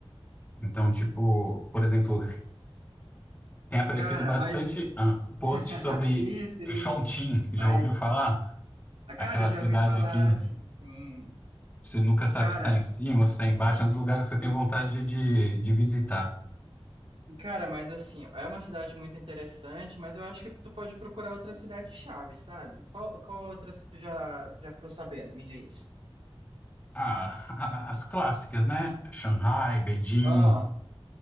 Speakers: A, on the left; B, on the right.
A: Então, tipo, por exemplo, tem aparecido
B: Cara,
A: bastante
B: mas. <laughs>
A: ah, post sobre
B: Isso, isso.
A: Chongqing. Já
B: Mas,
A: ouviu falar?
B: ah, cara,
A: Aquela
B: eu já
A: cidade
B: ouvi falar,
A: que
B: chi- sim.
A: você nunca sabe
B: Cara,
A: se está em cima ou se está embaixo. É um dos lugares que eu tenho vontade de, de visitar.
B: cara, mas assim, é uma cidade muito interessante, mas eu acho que tu pode procurar outra cidade chave, sabe? Qual, qual outras que tu já, já ficou sabendo? Me diz.
A: Ah, <laughs> a- as clássicas, né? Shanghai, Beijing,
B: Ah,